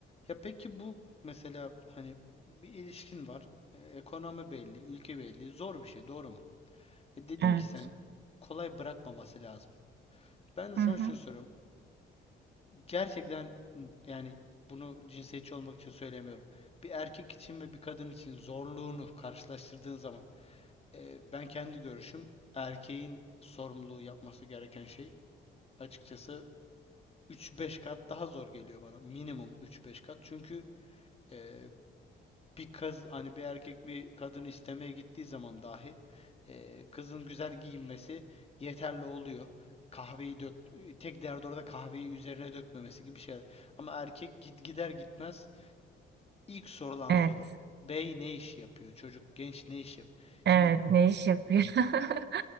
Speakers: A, on the left (about 30°); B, on the right (about 60°).
A: Ya peki bu mesela hani bir ilişkin var. E, ekonomi belli, ülke belli. Zor bir şey, doğru mu? E, dedin
B: evet,
A: ki sen kolay bırakmaması lazım. Ben de sana
B: hı hı,
A: şunu soruyorum. gerçekten yani bunu cinsiyetçi olmak için söylemiyorum. Bir erkek için ve bir kadın için zorluğunu karşılaştırdığın zaman e, ben kendi görüşüm erkeğin sorumluluğu yapması gereken şey açıkçası 3-5 kat daha zor geliyor bana. Minimum 3-5 kat. Çünkü e, bir kız hani bir erkek bir kadını istemeye gittiği zaman dahi e, kızın güzel giyinmesi yeterli oluyor. Kahveyi dök tek derdi orada kahveyi üzerine dökmemesi gibi şeyler. Ama erkek gid- gider gitmez ilk sorulan
B: evet,
A: soru. Bey ne iş yapıyor? Çocuk genç ne iş yap? Şimdi
B: evet, ne iş yapıyor? <laughs>